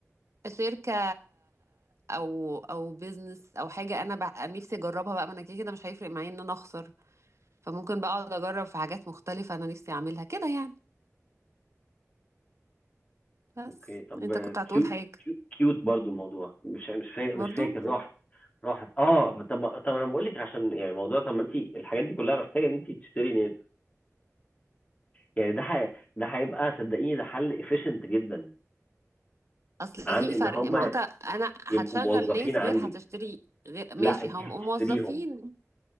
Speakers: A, on the right; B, on the left.
A: شركة او او بيزنس او حاجة انا بح... نفسي اجربها بقى ما انا كده كده مش هيفرق معايا ان انا اخسر فممكن بقى اقعد اجرب في حاجات مختلفة انا نفسي اعملها كده يعني بس
B: اوكي طب
A: انت كنت هتقول
B: كيوت
A: حاجة
B: كيوت برضو الموضوع مش مش فاكر
A: برضو
B: مش فاكر راحت راحت اه طب طب انا بقول لك عشان يعني موضوع طب ما انت الحاجات دي كلها محتاجه ان انت تشتري نت يعني ده حي... ده هيبقى صدقيني ده حل efficient جدا
A: اصل
B: عن
A: في
B: ان
A: فرق
B: هم
A: ما انت انا هتشغل
B: يبقوا موظفين
A: ناس
B: عندك
A: غير هتشتري غير
B: لا
A: ماشي
B: انت
A: هم
B: هتشتريهم
A: موظفين